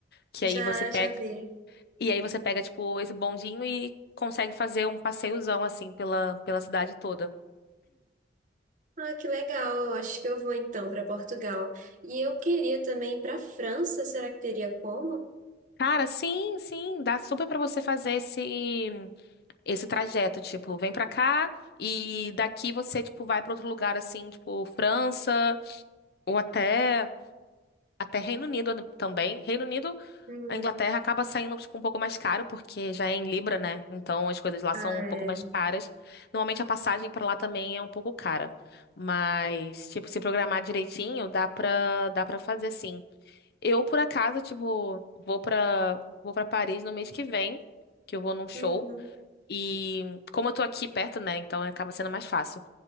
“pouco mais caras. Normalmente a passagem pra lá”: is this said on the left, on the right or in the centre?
Left